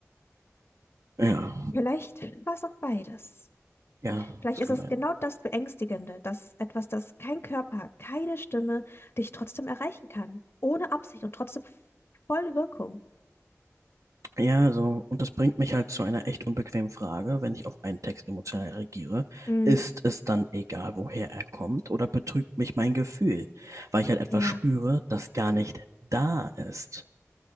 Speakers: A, on the right; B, on the left.
A: Ja,
B: Vielleicht war es auch beides.
A: ja,
B: Vielleicht
A: das
B: ist
A: kann
B: es
A: sein.
B: genau das Beängstigende, dass etwas, das kein Körper hat, keine Stimme, dich trotzdem erreichen kann. Ohne Absicht und trotzdem voll Wirkung.
A: Ja, so, und das bringt mich halt zu einer echt unbequemen Frage. Wenn ich auf einen Text emotional reagiere,
B: Mhm.
A: ist es dann egal, woher er kommt oder betrügt mich mein Gefühl, weil ich halt etwas
B: Ja,
A: spüre, das gar nicht da ist?